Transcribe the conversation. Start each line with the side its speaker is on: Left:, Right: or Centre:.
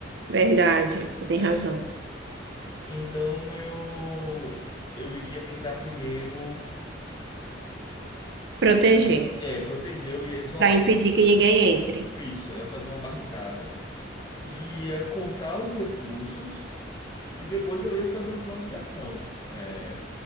Right: Verdade, você tem
Left: É,
Right: razão.
Left: Então eu eu iria tentar primeiro
Right: Proteger.
Left: é, proteger, eu ia isolar
Right: Para impedir que ninguém entre.
Left: isso, eu ia fazer uma barricada e ia contar os recursos E depois eu ia fazer um plano de ação. É,